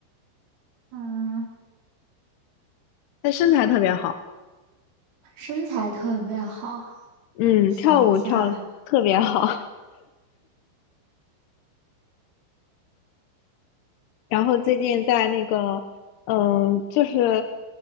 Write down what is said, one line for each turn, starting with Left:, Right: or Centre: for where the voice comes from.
Right: 嗯，
Left: 他身材特别好，
Right: 身材特别好，
Left: 嗯，
Right: 想一下，
Left: 跳舞跳得特别好。然后最近在那个，嗯，就是